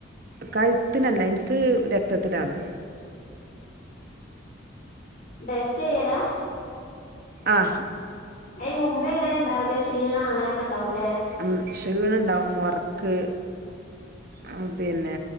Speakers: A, on the right (about 50°); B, on the left (about 45°).
A: കഴുത്തിനല്ല എനിക്ക് രക്തത്തിലാണ്
B: ടെസ്റ്റ്യ്യലാ
A: ആഹ്
B: അയ്ന് മുമ്പേങ്ങനെണ്ടാവല് ക്ഷീണ അങ്ങനൊക്കെണ്ടാവൂല്ലേ
A: ഉം ക്ഷീണണ്ടാവും ഒറക്ക് ആഹ് പിന്നെ